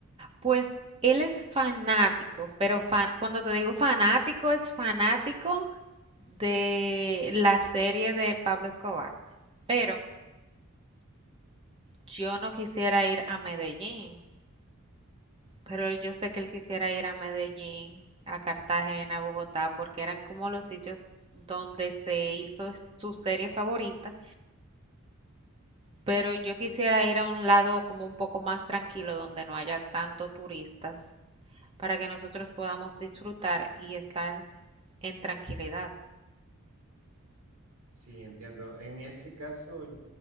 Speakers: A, on the right; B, on the right.
A: Pues él es fanático, pero fan- cuando te digo fanático, es fanático de la serie de Pablo Escobar. Pero yo no quisiera ir a Medellín, pero yo sé que él quisiera ir a Medellín, a Cartagena, a Bogotá, porque eran como los sitios donde se hizo su serie favorita Pero yo quisiera ir a un lado como un poco más tranquilo, donde no haya tanto turistas, para que nosotros podamos disfrutar y estar en tranquilidad.
B: Sí, entiendo. En ese caso, yo